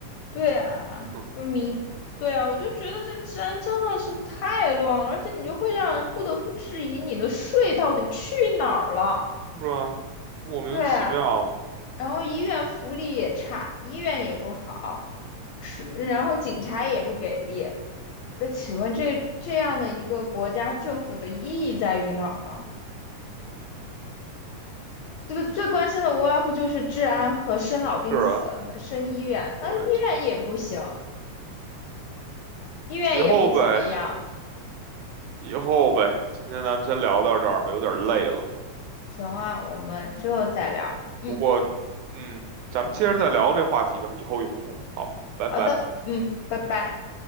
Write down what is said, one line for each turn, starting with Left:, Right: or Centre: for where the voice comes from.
Left: 对啊，
Right: 哼
Left: 就明，对啊，我就觉得这治安真的是太乱了，而且你就会让人不得不质疑你的税到底去哪儿了。
Right: 是吧？莫名其妙吧，
Left: 对啊，然后医院福利也差，医院也不好，是，然后警察也不给力。那请问这这样的一个国家政府的意义在于哪儿呢？这个最关心的无外乎就是治安和生老病死，
Right: 是啊，
Left: 那生医院，啊，
Right: 我。
Left: 医院也不行，医院也不怎么样。
Right: 以后呗，以后呗，今天咱们先聊到这儿吧，有点累了。
Left: 行啊，我们之后再聊。嗯，
Right: 不过，嗯，咱们接着再聊这话题吧，以后有空。好，拜拜。
Left: 好的，嗯，拜拜。